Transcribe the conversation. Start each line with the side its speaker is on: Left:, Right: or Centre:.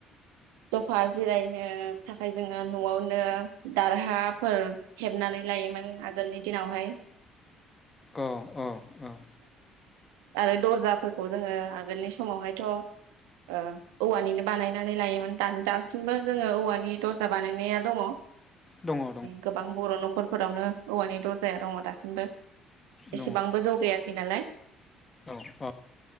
Right: दफा जिरायनो थाखाय जोंङो न'आवनो दारहाफोर हेबनानै लायोमोन आगोलनि दिनावहाय ।
Left: औ औ औ।
Right: आरो दरजा। खौजोङो आगोलनि समावहाय आं ओ औवानिनो बानायनानै
Left: लायो दानि दाबो जोङो औवानि दरजा बानायनाया
Right: लायोमोन दानदा। सिमबो जोङो औवानि दर्जा बानायनाया दङ।
Left: दङ
Right: गोबां बर' न'खर फोरावनो औवानि दरजाया दङ दासिमबो।।
Left: दङ
Right: एसेबांबो जौगायाखै नालाय।
Left: औ औ